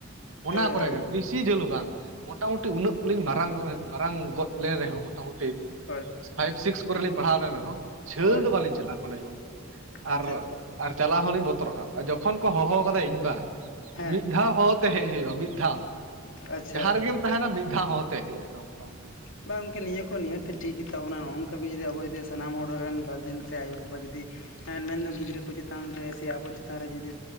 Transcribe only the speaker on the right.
ᱚᱱᱟ
ᱠᱚᱨᱮ
ᱜᱮ ᱵᱤᱥᱤ ᱡᱷᱟᱹᱞ ᱦᱚᱸ ᱵᱟᱝ ᱢᱚᱴᱟᱢᱩᱴᱤ ᱩᱱᱟᱹᱜ ᱠᱚᱞᱤᱧ ᱢᱟᱨᱟᱝ ᱢᱟᱨᱟᱝ ᱜᱚᱫ ᱞᱮᱱ ᱨᱮᱦᱚᱸ ᱢᱚᱴᱟᱢᱩᱴᱤ
ᱯᱷᱟᱭᱤᱵᱽ ᱥᱤᱠᱥ ᱠᱚᱨᱮ ᱞᱤᱧ ᱯᱟᱲᱦᱟᱣ ᱞᱮᱱ ᱨᱮᱦᱚᱸ ᱡᱷᱟᱹᱞ
ᱫᱚ ᱵᱟᱹᱞᱤᱧ ᱪᱟᱞᱟᱜᱼᱟ ᱠᱳᱱᱳ ᱡᱤᱵᱚᱱ ᱟᱨ
ᱟᱨ ᱪᱟᱞᱟᱣ ᱦᱚᱸᱞᱤᱧ ᱵᱚᱛᱚᱨᱚᱜᱼᱟ, ᱡᱚᱠᱷᱚᱱ ᱠᱚ ᱦᱚᱦᱚ ᱠᱟᱫᱟ ᱤᱧ ᱵᱟ
ᱢᱤᱫ ᱫᱷᱟᱣ ᱦᱚᱦᱚ ᱛᱮ ᱦᱮᱡ ᱦᱩᱭᱩᱜᱼᱟ ᱢᱤᱫ ᱫᱷᱟᱣ
ᱡᱟᱦᱟᱸ ᱨᱮᱜᱮᱢ ᱛᱟᱦᱮᱸᱱᱟ ᱢᱤᱫ ᱫᱷᱟᱣ ᱦᱚᱦᱚ ᱛᱮ ᱦᱮᱡ ᱦᱩᱭᱩᱜᱼᱟ ᱛᱟᱢᱟ ᱢᱚᱴᱟᱢᱩᱴᱤ᱾